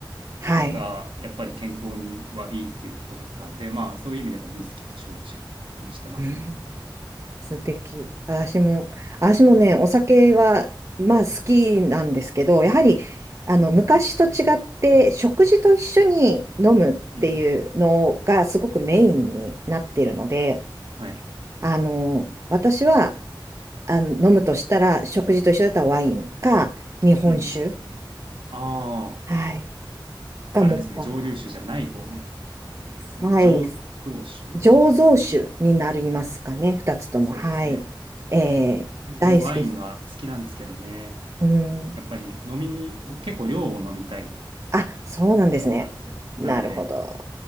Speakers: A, on the right; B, on the right.
A: はい。
B: がやっぱり健康にはいいっていうことだったんで、まあそういう意味でもウイスキーと焼酎にしてますね。
A: うん素敵。私も、私もね、お酒は、まあ好きなんですけど、やはり、あの、昔と違って、食事と一緒に飲むっていうのがすごくメインになってるので、
B: うんうん。はい。
A: あの、私は、あの、飲むとしたら、食事と一緒だったらワインか、日本酒、
B: うんうん。あ
A: はい、がもっぱら。
B: あ、あれですね。蒸留酒じゃない方のやつですね。
A: はい。
B: 醸造酒。
A: 醸造酒になりますかね、二つとも。
B: そうですね。
A: はい。えー、
B: 全然ワインは好きなんですけどね。
A: 大好きです。うん。
B: やっぱり飲みに、僕結構量を飲みたい
A: あ、そうなんですね。
B: 方なんですよ。
A: なるほど。
B: なんで、